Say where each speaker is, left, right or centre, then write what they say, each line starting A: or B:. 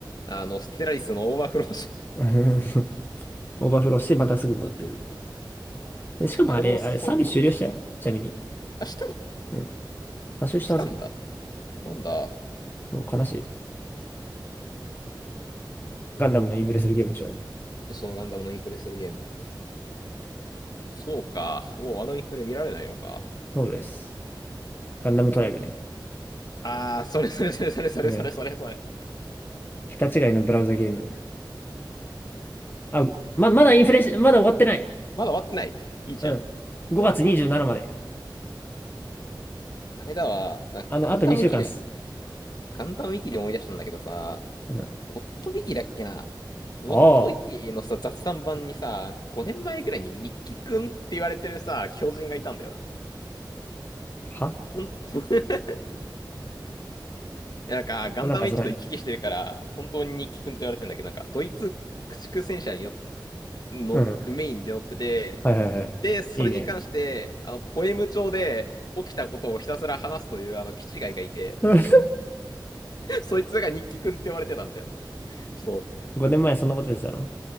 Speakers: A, on the left (about 55°); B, on the left (about 25°).
A: あの、ステラリスのオーバーフローし
B: うん <laughs> オーバーフローしてまたすぐ戻ってくる。で、しかもあれ、
A: あれもそういう、
B: あれ、サービス終了したよ。ちなみに。
A: あ、したの
B: うん。多少したはず。
A: したんだ。なんだ。
B: そう悲しい。ガンダムのインフレするゲームでしょ。
A: そう、ガンダムのインフレするゲーム。そうか。もうあのインフレ見られないのか。
B: そうです。ガンダムトライブね。
A: あー、それそれそれそれそれそれそれそれ。
B: これだ。桁違いのブラウザゲーム。あ、ま、まだインフレし、まだ終わってない。
A: まだ終わってない。いいじゃん。
B: うん。5月27まで。
A: あれだわ。あ、
B: あの、
A: ガンダムウィキで、
B: あと2週間っす。
A: ガンダムウィキで思い出したんだけどさ、
B: うん。
A: ウォットウィキだっけな。ウォットウィキのさ、
B: ああ。
A: 雑談版にさ、5年前ぐらいにミッキーくんって言われてるさ、狂人がいたんだよな。
B: は
A: ほん、ほん <laughs> いや、なんか、ガンダム駅と行き来してるから、
B: なんかすごいな。
A: 本当に日記くんって言われてんだけど、なんか、ドイツ駆逐戦車によの、
B: うん。
A: メインで乗ってて、
B: はいはいはい。
A: で、それに関して、
B: いいね。
A: あの、ポエム帳で起きたことをひたすら話すという、あの、キチガイがいて、
B: うん
A: そいつが日記くんって言われてたんだよ。そう。
B: 5年前そんなこと言ってたの